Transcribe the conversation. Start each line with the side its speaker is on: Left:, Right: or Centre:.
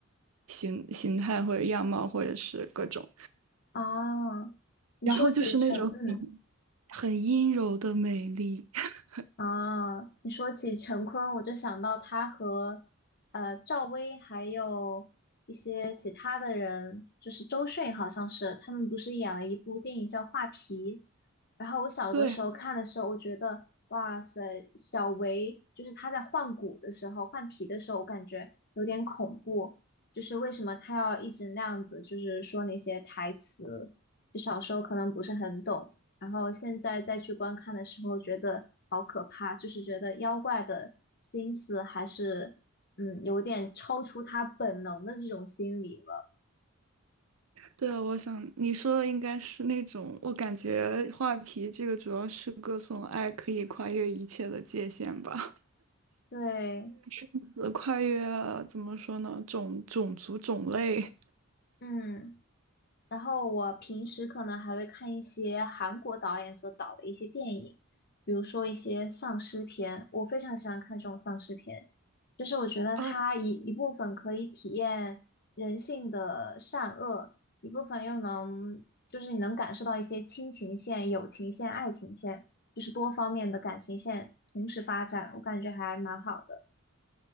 Right: 形形态或者样貌或者是各种。
Left: 哦，你说起成，
Right: 然后就是那种
Left: 嗯
Right: 很阴柔的美丽。<laughs>
Left: 啊，你说起陈坤，我就想到他和呃赵薇还有一些其他的人，就是周迅好像是，他们不是演了一部电影叫《画皮》，然后我小的时候看的时候，
Right: 对，
Left: 我觉得哇塞，小维就是他在换骨的时候、换皮的时候，我感觉有点恐怖，就是为什么他要一直那样子，就是说那些台词，就小时候可能不是很懂。然后现在再去观看的时候，觉得好可怕，就是觉得妖怪的心思还是嗯有点超出他本能的这种心理了。
Right: 对啊，我想你说的应该是那种，我感觉画皮这个主要是歌颂爱可以跨越一切的界限吧，
Left: 对，
Right: <laughs> 呃跨越怎么说呢，种种族种类。
Left: 嗯。然后我平时可能还会看一些韩国导演所导的一些电影，比如说一些丧尸片，我非常喜欢看这种丧尸片，就是我觉得它一一部分可以体验人性的善恶，
Right: <laughs> 哦，
Left: 一部分又能就是你能感受到一些亲情线、友情线、爱情线，就是多方面的感情线同时发展，我感觉还蛮好的。